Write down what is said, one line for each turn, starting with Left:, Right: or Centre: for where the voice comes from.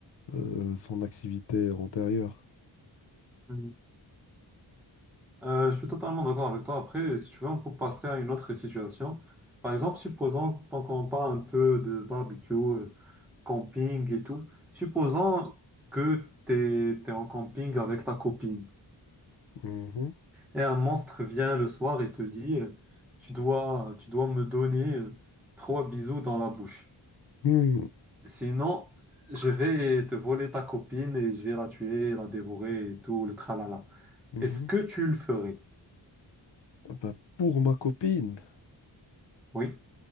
Left: euh, son activité antérieure.
Centre: Mhm. Euh, je suis totalement d'accord avec toi. Après, si tu veux, on peut passer à une autre situation. Par exemple, supposons, tant qu'on parle un peu de barbecue, euh, camping et tout, supposons que tu es, en camping avec ta copine.
Left: Mhm.
Centre: Et un monstre vient le soir et te dit, euh, tu dois, tu dois me donner euh, trois bisous dans la bouche.
Left: Mhm.
Centre: Sinon, je vais te voler ta copine et je vais la tuer, la dévorer et tout, le tralala.
Left: Mhm.
Centre: Est-ce que tu le ferais?
Left: Bah, pour ma copine,
Centre: Oui.